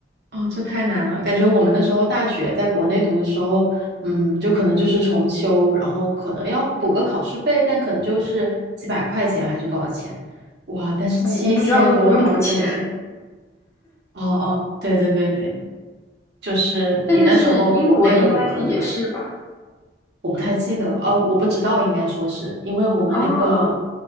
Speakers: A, on the right (about 65°); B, on the left (about 15°).
A: 哦，这太难了，感觉我们那时候大学在国内读的时候，嗯，就可能就是重修，然后可能要补个考试费，但可能就是几百块钱还是多少钱，哇！但是七千多刀真的是
B: 我我们学校都不用补钱，
A: 哦哦，对对对对，就是你那时候国内的本科对吧？
B: 但但是英国应该也是吧？
A: 我不太记得，呃，我不知道，应该说是因为我们那个，
B: 哦